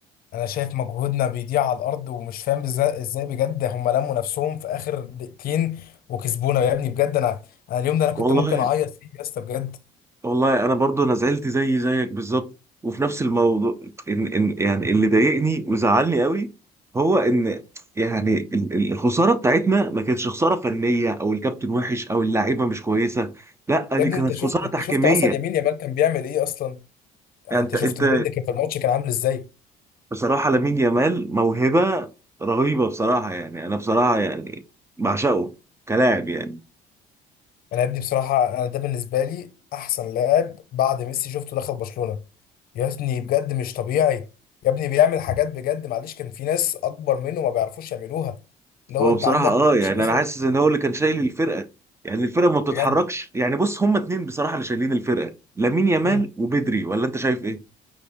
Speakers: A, on the left; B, on the right.
A: انا شايف مجهودنا بيضيع على الارض ومش فاهم ازاي ازاي بجد هم لموا نفسهم في اخر دقيقتين وكسبونا يا ابني بجد انا انا اليوم ده انا كنت
B: والله
A: ممكن اعيط فيه يا اسطى بجد
B: والله انا برضو انا زعلت زي زيك بالظبط وفي نفس الموضوع ان ان يعني اللي ضايقني وزعلني قوي هو ان يعني ال- ال- الخساره بتاعتنا ما كانتش خساره فنيه او الكابتن وحش او اللعيبه مش كويسه لا
A: يا
B: دي
A: ابني
B: كانت
A: انت شوف
B: خساره
A: انت
B: تحكيميه
A: شفت اصلا
B: يعني
A: يمين يامال كان بيعمل ايه اصلا يعني
B: انت
A: انت شفت
B: انت
A: بجد كان في الماتش كان عامل ازاي
B: بصراحه لامين يامال موهبه رهيبه بصراحه يعني انا بصراحه يعني بعشقه كلاعب يعني
A: انا يا ابني بصراحه انا ده بالنسبه لي احسن لاعب بعد ميسي شفته دخل برشلونه يا ابني بجد مش طبيعي يا ابني بيعمل حاجات بجد معلش كان في ناس اكبر منه ما بيعرفوش يعملوها اللي
B: هو
A: هو انت
B: بصراحة
A: عندك
B: اه
A: معلش
B: يعني
A: مثلا
B: انا حاسس ان هو اللي كان شايل الفرقة يعني الفرقة ما بتتحركش
A: بجد
B: يعني بص هما اتنين بصراحة اللي شايلين الفرقة لامين يامال
A: مم.
B: وبدري ولا انت شايف ايه؟